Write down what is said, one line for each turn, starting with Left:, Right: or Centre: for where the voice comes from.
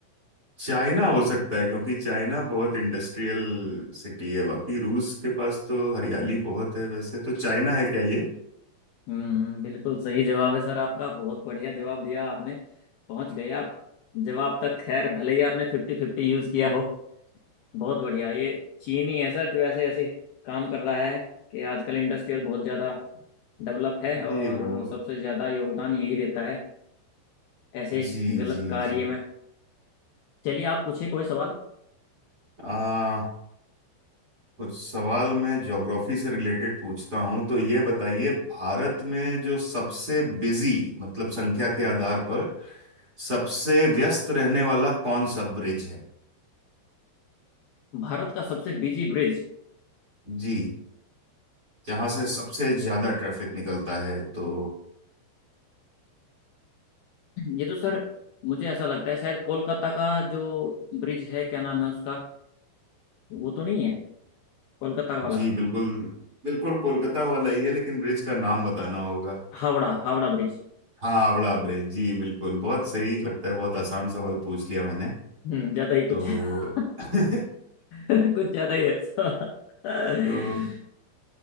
Right: चाइना हो सकता है क्योंकि चाइना बहुत इंडस्ट्रियल सिटी है बाकी रूस के पास तो हरियाली बहुत है वैसे तो चाइना है क्या ये
Left: हम्म बिल्कुल सही जवाब है सर आपका बहुत बढ़िया जवाब दिया आपने पहुंच गए आप जवाब तक खैर भले ही आपने फिफ्टी फिफ्टी यूज किया हो बहुत बढ़िया ये चीन ही है सर जो ऐसे ऐसे काम कर रहा है कि आजकल इंडस्ट्रियल
Right: <laughs>
Left: बहुत ज़्यादा डेवलप है
Right: जी
Left: और
Right: वो
Left: सबसे ज़्यादा योगदान यही देता है ऐसे
Right: जी
Left: गलत
Right: जी
Left: कार्य
Right: जी
Left: में चलिए आप पूछिए कोई सवाल
Right: आ कुछ सवाल मैं ज्योग्राफी से रिलेटेड पूछता हूँ तो ये बताइए भारत में जो सबसे बिजी मतलब संख्या के आधार पर सबसे व्यस्त रहने वाला कौन सा ब्रिज है
Left: भारत का सबसे बिजी ब्रिज
Right: जी जहां से सबसे ज्यादा ट्रैफिक निकलता है तो
Left: ये तो सर मुझे ऐसा लगता है शायद कोलकाता का जो ब्रिज है क्या नाम है उसका वो तो नहीं है कोलकाता वाला
Right: जी बिल्कुल बिल्कुल कोलकाता वाला ही है लेकिन ब्रिज का नाम बताना होगा
Left: हावड़ा हावड़ा ब्रिज
Right: हाँ हावड़ा ब्रिज जी बिल्कुल बहुत सही लगता है बहुत आसान सवाल पूछ लिया मैंने
Left: हम्म ज़्यादा ही कुछ
Right: तो
Left: <laughs>
Right: <coughs> <laughs>
Left: कुछ ज़्यादा ही अच्छा <laughs>
Right: तो